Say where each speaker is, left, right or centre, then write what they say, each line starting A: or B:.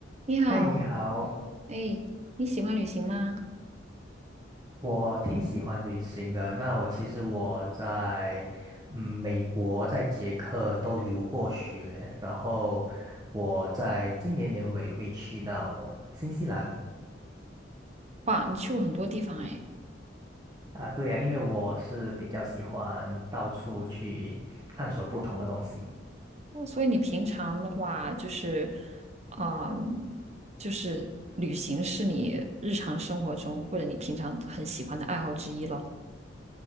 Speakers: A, on the right; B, on the right.
A: 你好，
B: 嗨，你好，
A: 哎，你喜欢旅行吗？
B: 我挺喜欢旅行的。那我其实我在嗯美国，在捷克都留过学，然后我在今年年尾会去到新西兰
A: 哇，你去过很多地方哎，
B: 啊。对呀，因为我是比较喜欢到处去探索不同的东西。
A: 哦所以你平常的话就是，嗯，就是旅行是你日常生活中或者你平常很喜欢的爱好之一咯。